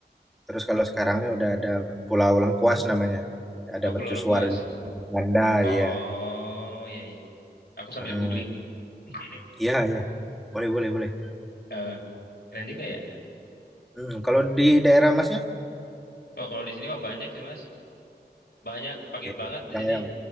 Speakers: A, in the centre; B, on the left (about 70°).
A: Terus kalau sekarang ini udah ada Pulau Lengkuas namanya. Ada
B: Oh Pulau
A: mercusuar
B: Lengkuas.
A: Belanda ya.
B: Oh iya iya. Aku sambil
A: Hmm.
B: googling. <laughs>
A: Iya, iya. Boleh, boleh, boleh.
B: Eh, keren juga ya.
A: Hmm. Kalau di daerah Masnya
B: Oh kalau di sini mah banyak sih Mas. Banyak pakai
A: Oke.
B: banget di
A: Yang
B: sini.
A: yang